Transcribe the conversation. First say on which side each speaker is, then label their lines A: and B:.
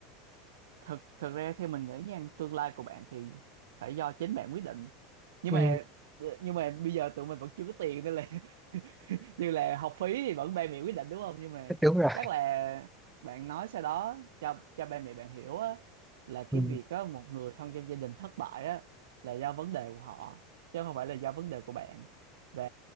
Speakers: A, on the right; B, in the centre.
A: thực thực ra theo mình nghĩ nha tương lai của bạn thì phải do chính bạn quyết định nhưng
B: ừ,
A: mà nhưng mà bây giờ tụi mình vẫn chưa có tiền nên là <laughs> như là học phí thì vẫn ba mẹ quyết định đúng không nhưng mà
B: đúng rồi
A: chắc là bạn nói sau đó cho cho ba mẹ bạn hiểu á là cái
B: ừ,
A: việc có một người thân trong gia đình thất bại á là do vấn đề của họ chứ không phải là do vấn đề của bạn và